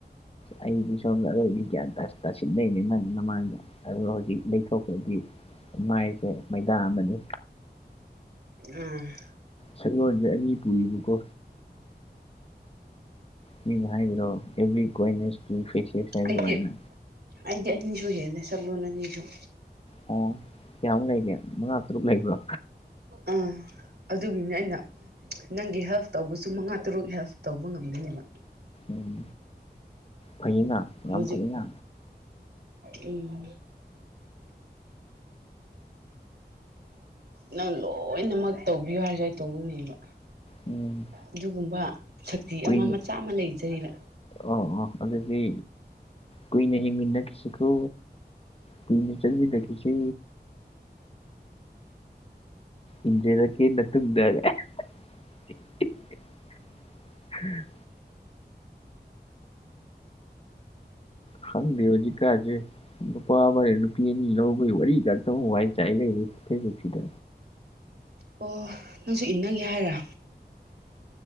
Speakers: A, on the left; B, on the right.
A: ꯑꯩꯗꯤ ꯁꯣꯝꯗ ꯑꯔꯣꯏꯕꯤ ꯒ꯭ꯌꯥꯟ ꯇꯥꯁ ꯇꯥꯁꯤꯠ ꯂꯩꯅꯦ ꯅꯪ ꯅꯃꯥꯡꯗ ꯑꯗꯨꯒ ꯍꯧꯖꯤꯛ ꯂꯩꯊꯣꯛꯈ꯭ꯔꯗꯤ ꯃꯥꯏꯖꯦ ꯃꯥꯏꯗ ꯑꯃꯅꯤ
B: ꯑꯝꯑꯥ
A: ꯁꯛꯂꯣꯟꯖꯦ ꯑꯅꯤ ꯄꯨꯏꯌꯤꯕꯀꯣ ꯃꯤꯅ ꯍꯥꯏꯕꯗꯣ ꯑꯦꯚ꯭ꯔꯤ ꯀꯣꯟꯅꯦꯁ ꯄ꯭ꯔꯤ ꯐꯦꯁꯦꯁ
B: ꯑꯩꯗꯤ
A: ꯑꯗꯨꯃꯥꯏꯅ
B: ꯑꯩꯗꯤ ꯑꯅꯤꯖꯨ ꯍꯦꯜꯂꯦ ꯁꯛꯂꯣꯟ ꯑꯅꯤꯖꯨ
A: ꯑꯣ ꯀꯌꯥꯃꯨꯛ ꯂꯩꯒꯦ ꯃꯉꯥ ꯇꯔꯨꯛ ꯂꯩꯕ꯭ꯔꯣ
B: ꯑꯥ ꯑꯗꯨꯒꯤꯅꯦ ꯑꯩꯅ ꯅꯪꯒꯤ ꯍꯦꯜꯞ ꯇꯧꯕꯁꯨ ꯃꯉꯥ ꯇꯔꯨꯛ ꯍꯦꯜꯞ ꯇꯧꯕ ꯉꯝꯒꯅꯦꯕ
A: ꯎꯝ ꯐꯩꯅ
B: ꯍꯧꯖꯤꯛ
A: ꯌꯥꯝ ꯐꯩꯅ
B: ꯎꯝ ꯅꯪ ꯂꯣꯏꯅꯃꯛ ꯇꯧꯕꯤꯌꯨ ꯍꯥꯏꯔꯖꯨ ꯑꯩ ꯇꯧꯅꯤꯕ
A: ꯎꯝ
B: ꯑꯗꯨꯒꯨꯝꯕ ꯁꯛꯇꯤ
A: ꯀꯨꯏꯅ
B: ꯑꯃ ꯃꯆꯥ ꯑꯃ ꯂꯩꯖꯩꯕ
A: ꯑꯣ ꯑꯣ ꯑꯗꯨꯗꯤ ꯀꯨꯏꯅ ꯍꯤꯡꯃꯤꯟꯅꯈꯤꯁꯤꯀꯣ ꯀꯨꯏꯅ ꯆꯠꯃꯤꯟꯅꯈꯤꯁꯦ ꯏꯟꯖꯦꯔꯛꯀꯦ ꯅꯇꯨꯡꯗꯒꯥꯏ <unintelligible> ꯈꯪꯗꯦ ꯍꯧꯖꯤꯛꯀꯥꯖꯦ ꯅꯨꯄꯥ ꯑꯃꯅꯥ ꯅꯨꯄꯤ ꯑꯅꯤ ꯂꯧꯕꯩ ꯋꯥꯔꯤ ꯉꯛꯇ ꯋꯥꯏ ꯆꯥꯏ ꯂꯩꯔꯦ ꯐꯦꯁꯕꯨꯛꯁꯤꯗ
B: ꯑꯣ ꯅꯪꯁꯨ ꯏꯟꯅꯒꯦ ꯍꯥꯏꯔꯥ